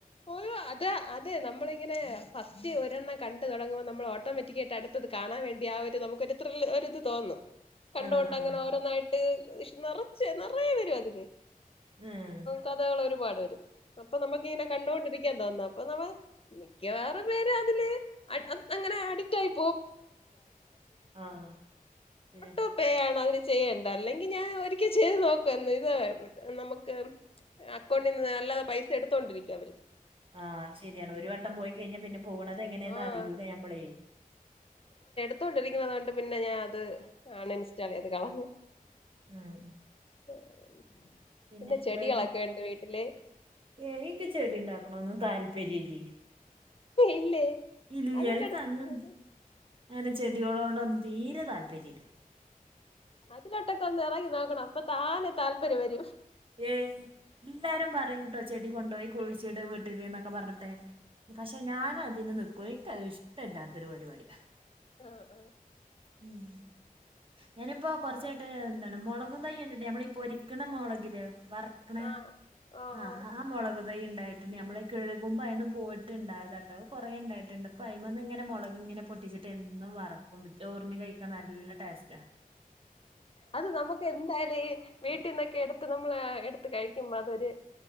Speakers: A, on the left (about 40°); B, on the right (about 35°).
A: ഓയോ അത് അതെ നമ്മളിങ്ങനെ പത്തി ഒരെണ്ണം കണ്ട് തുടങ്ങുമ്പോൾ നമ്മൾ ഓട്ടോമാറ്റിക്ക ആയിട്ട് അടുത്തത് കാണാൻ വേണ്ടി ആ ഒരു നമുക്ക്ൊരിത്ര ഒരിത് തോന്നും കണ്ടുകൊണ്ട്
B: ആഹ്
A: അങ്ങനെ ഓരോന്നായിട്ട് നിറച്ച് നിറയെ വരും അതില്
B: ആഹ്
A: കഥകൾ ഒരുപാട് വരും അപ്പൊ നമുക്കിങ്ങനെ കണ്ടൊണ്ടിരിക്കാൻ തോന്ന അപ്പൊ ന മിക്ക വേറ പേര് അതില് അങ്ങനെ അഡിറ്റ്ായി
B: ആഹ് ആഹ് ശരിയാ
A: ോ ചെയ്യണ്ട അല്ലെങ്കിൽ ഞാൻ ഒരിക്കൽ ചെയ്ത് നോക്കുവന്ന് ഇതട്ട് നമുക്ക് അക്കൗണ്ടിൽ നിന്ന് അല്ലാതെ പൈസ എടുത്തോണ്ടിരിക്കും അവര്
B: ആഹ് ശരിയാണ് ഒരു വട്ടം പോയി കഴിഞ്ഞാ പിന്നെ പോണത എങ്ങനെയന്ന്
A: ആഹ്
B: അറിയൂല്ലേ ഞമ്മളെ
A: ത്തൊണ്ടിരിക്കുന്നതൊണ്ട് പിന്നെ ഞാൻ അത് അൺ ഇൻസ്റ്റാൾ ചെയ്ത് കളഞ്ഞു
B: ഉഹ
A: <unintelligible>
B: പിന്നെ
A: ചെടികളൊക്കെ
B: വഴകി
A: ഉണ്ട് വീട്ടില്
B: ഏക്കെ ചെടി ഉണ്ടാക്കണന്ന് താല്പയ പിരിലി
A: ഇല്ലേ
B: ഇല്ലായിക്ക
A: അതിന്റെ അടുത്ത്
B: അങ്ങങ് അങ്ങനെ ചെടികോള കൊണ്ട്ൊന്നും തീരെ താല്പര്യംമല്ല
A: അതിനലൊട്ടക്കൊന്ന് എറങ്ങി നോക്കണം അപ്പൊ താനെ താല്പര്യം വരും
B: ഏ എല്ലാരും പറയും ട്ടോ ചെടി കൊണ്ടുപോയി കുഴിച്ചിട് വീട്ടില്ന്നൊക്കെ പറഞ്ഞിട്ടെ പക്ഷെ ഞാൻ അതിന് നക്കോ ഇഷ്ടമല്ലാത്തൊരു പരിപാടി
A: ആഹ ആഹ
B: ഉം ഞാനിപ്പോ കുറച്ചായിട്ട് എന്താണ് മുളകും തൈ്യണ്ടിട്ട നമ്മളീ പൊരിക്കണ മുളകിലേ വറക്കണ
A: ആഹ് ആഹ് ഓ
B: ആഹ
A: ഓ
B: ആ മുളക കൊറേ ഉണ്ടായിട്ടുണ്ട് നമ്മള കഴുകുമ്പോ അയ്ന്ന് പോയിട്ട്ണ്ടാവൂലട്ടോ കൊറേണ്ടായിട്ട്ണ്ട് പ്പയ്മങ്ങനെ മൊൾ മൊളക് ങ്ങനെ പൊട്ടിച്ച്ട്ട് എന്നും വറക്കും ചോറിന് കഴിക്കാൻ നല്ല ടേസ്റ്റാ
A: അത് നമ്മക്ക് എന്തായാലും ഈ വീട്ടീന്നക്കെ എട്ത്ത് ന നമ്മളാ എട്ത്ത് കഴിക്ക്മ്പതൊര്